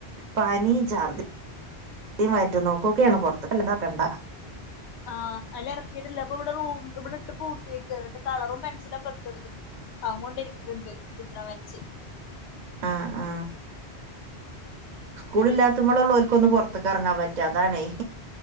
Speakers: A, on the right; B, on the left.
A: പാനീ ചർദി വയറ്റുപോകേക്കയാണ് പുറത്തക്ക് ഇറക്കണ്ട
B: ആ അല്ല ഇറക്കിയിട്ടില്ല അപ്പൊ ഇവിടെ റൂം ഇവിടെ ഇട്ട് പൂട്ടത്തിയേക്ക എന്നിട്ട് കളറും പെൻസിലുക്കെ എടുത്തോടുത് അത് കൊണ്ട് ഇരിക്കുന്നുണ്ട് ചിത്രം വരച്ച്
A: ആ ആ സ്കൂൾ ഇല്ലാത്തപ്പോള് ഉള്ളവർക്ക് ഒന്ന് പുറത്തക്ക് ഇറങ്ങാൻ പറ്റാ അതാണേ